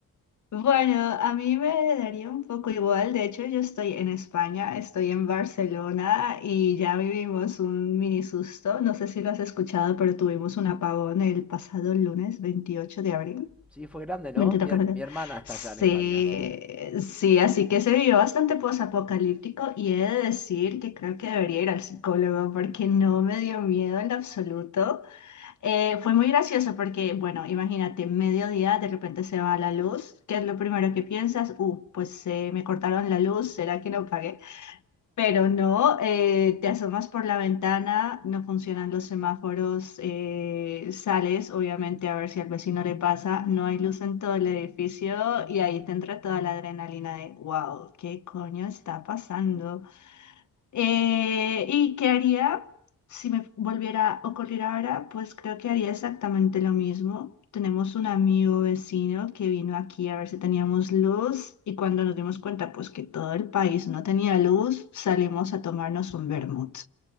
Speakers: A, on the left (about 55°); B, in the centre.
A: Bueno, a mí me daría un poco igual. De hecho, yo estoy en España, estoy en Barcelona y ya vivimos un mini susto. No sé si lo has escuchado, pero tuvimos un apagón el pasado lunes 28 de abril.
B: Sí, fue grande, ¿no?
A: vente,
B: Mi,
A: toca,
B: her- mi hermana está
A: Sí,
B: allá en España, sí.
A: sí, así que se vivió bastante posapocalíptico y he de decir que creo que debería ir al psicólogo porque no me dio miedo en lo absoluto. Eh, fue muy gracioso porque, bueno, imagínate, mediodía de repente se va la luz, ¿qué es lo primero que piensas? Uh, pues eh, me cortaron la luz, ¿será que no pagué? Pero no, eh, te asomas por la ventana, no funcionan los semáforos, eh, sales obviamente a ver si al vecino le pasa, no hay luz en todo el edificio y ahí te entra toda la adrenalina de, wow, ¿qué coño está pasando? Eh, ¿y qué haría si me volviera a ocurrir ahora? Pues creo que haría exactamente lo mismo. Tenemos un amigo vecino que vino aquí a ver si teníamos luz y cuando nos dimos cuenta pues que todo el país no tenía luz, salimos a tomarnos un vermut.